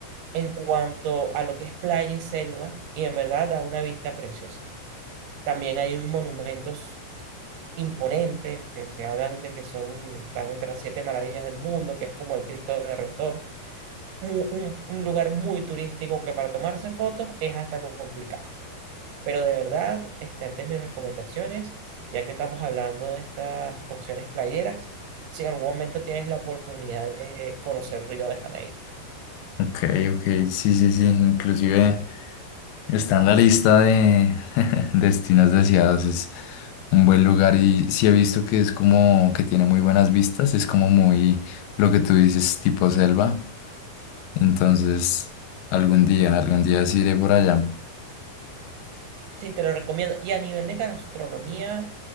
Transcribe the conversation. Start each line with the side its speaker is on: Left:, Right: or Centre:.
Right: en cuanto a lo que es playa y selva, y en verdad da una vista preciosa. También hay monumentos imponentes que se hablan de que son, están entre las siete maravillas del mundo, que es como el Cristo Redentor. Un, un, un lugar muy turístico que para tomarse fotos es hasta complicado. Pero de verdad, está entre mis recomendaciones, ya que estamos hablando de estas opciones playeras, si en algún momento tienes la oportunidad de conocer Río de Janeiro.
Left: Ok, ok, sí, sí, sí, inclusive está en la lista de <laughs> destinos deseados, es un buen lugar y sí he visto que es como que tiene muy buenas vistas, es como muy lo que tú dices, tipo selva, entonces algún día, algún día sí iré por allá.
Right: Sí, te lo recomiendo. Y a nivel de gastronomía,